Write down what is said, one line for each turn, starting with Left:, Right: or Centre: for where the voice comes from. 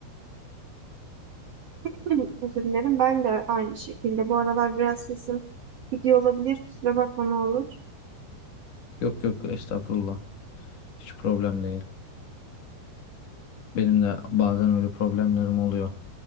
Right: <clears throat> Özür dilerim. Ben de aynı şekilde. Bu aralar biraz sesim gidiyor olabilir. Kusura bakma ne olur.
Left: Yok yok estağfurullah. Hiç problem değil. Benim de bazen öyle problemlerim oluyor.